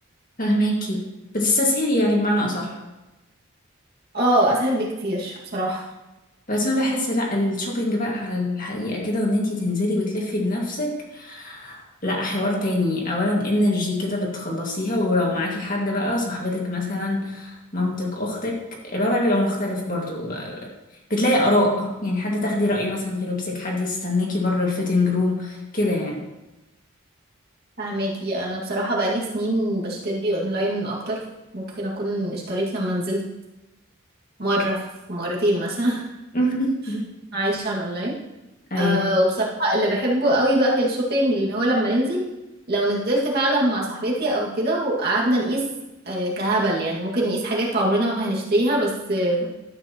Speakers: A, on the left; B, on the right.
A: فهماكي بتستسهلي يعني بمعنى اصح
B: اه اسهل بكتير بصراحة
A: بس انا بحس لا الشوبينج بقى على الحقيقة كده وان انتي تنزلي وتلفي بنفسك لا حوار تاني اولا انرجي كده بتخلصيها ولو معاكي حد بقى صاحبتك مثلا مامتك اختك الوضع بيبقى مختلف برضو بتلاقي اراء يعني حد تاخدي رأيه مثلا في لبسك حد يستناكي بره الفيتنج روم كده يعني
B: فهماكي انا بصراحة بقالي سنين بشتري اونلاين اكتر ممكن اكون اشتريت لما نزلت مرة في مرتين مثلا
A: <laughs>
B: <laughs> عايشة على الاونلاين
A: ايوه
B: أه وبصراحة اللي بحبه قوي بقى في الشوبينج اللي هو لما ننزل لو نزلت فعلا مع صاحبتي او كده وقعدنا نقيس أه كهبل يعني ممكن نقيس حاجات عمرنا ما هنشتريها بس أه